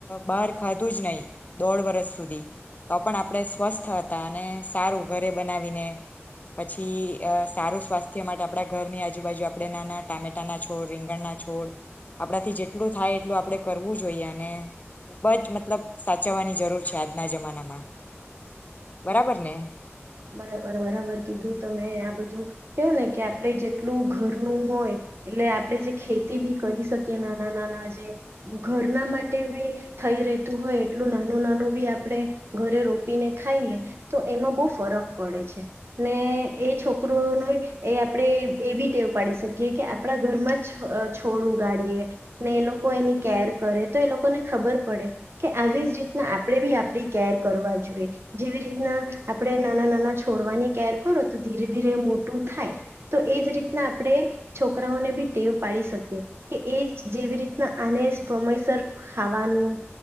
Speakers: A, on the left; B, on the right.
A: બહાર ખાધું જ નહી, દોઢ વર્ષ સુધી, તો પણ આપણે સ્વસ્થ હતા અને સારું ઘરે બનાવીને, પછી સારું સ્વાસ્થ્ય માટે આપણા ઘરની આજુબાજુ આપણે નાના ટામેટાના છોડ રીંગણના છોડ, આપડાથી જેટલું થાય એટલું આપણે કરવું જોઈએ અને, ખુબ જ મતલબ સાચવવાની જરૂર છે આજના જમાનામાં, બરાબર ને.
B: બરાબર બરાબર કીધું તમે આ બધું કેવું ને કે આપણે જેટલું ઘરનું હોય, એટલે આપણેે જે ખેતી બી કરી શકીએ નાના નાના જે, ઘરના માટે બી થઈ રતું હોય એટલું નાનું નાનું બી આપણે, ઘરે રોપીને ખાઈએ, તો એમાં બહ ફરક પડે છે, ને એ છોકરોઓનો એ આપણે એ બી ટેવ પાડી શકીએ કે આપણા ઘરમાં જ છોડું ઉગાડીએ, ને એ લોકો એની કેર કરે તો એ લોકોને ખબર પડે, કે આવી જ રીતના આપણે બી આપણી કેર કરવા જોઈએ, જેવી રીતના આપણે નાના નાના છોડવાની કેર કરો તો ધીરે ધીરે મોટું થાય, તો એ જ રીતના આપણે છોકરાઓને બી ટેવ પાડી શકીએ, કે એ જેવી રીતના આને સમયસર ખાવાનું,